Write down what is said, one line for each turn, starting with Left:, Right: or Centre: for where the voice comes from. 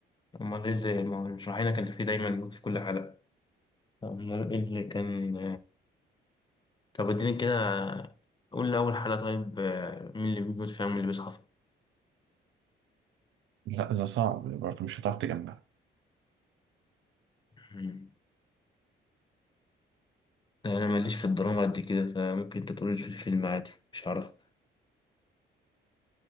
Left: امال ايه اللي ما هو الرحينة كان فيه دايما لوت في كل حلقة امال ايه اللي كان طب اديني كده قول لي اول حلقة طيب آه، مين اللي بيموت فيها ومين اللي بيصحى فيها؟
Right: لا ده صعب برضه مش هتعرف تجمع
Left: مم. انا ماليش في الدراما قد كده فممكن انت تقول لي في الفيلم عادي مش عارف